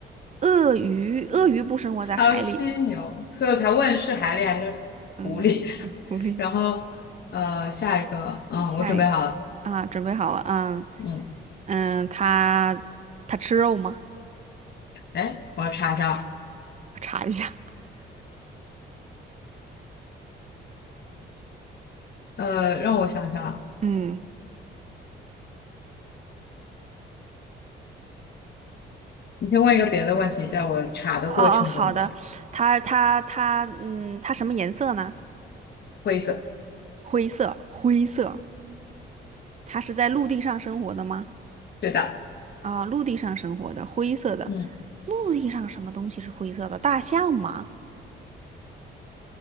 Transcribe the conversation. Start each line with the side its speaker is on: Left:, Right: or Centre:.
Right: 鳄鱼，鳄鱼不生活在海里。
Left: 还有犀牛，所以我才问是海狸还是狐狸。
Right: 嗯，狐狸，
Left: <laughs> 然后，呃，下一个，嗯，
Right: 下一个
Left: 我准备好了，
Right: 啊，准备好了啊，
Left: 嗯，
Right: 嗯，它它吃肉吗？
Left: 哎，我要查一下啊，
Right: 我查一下。
Left: 呃，让我想想啊，
Right: 嗯，
Left: 你先问一个别的问题，在我查的过程中，
Right: 哦哦，好的，它它它，嗯，它什么颜色呢？
Left: 灰色，
Right: 灰色，灰色。它是在陆地上生活的吗？
Left: 对的，
Right: 啊，陆地上生活的，灰色的。
Left: 嗯，
Right: 陆地上什么东西是灰色的？大象吗？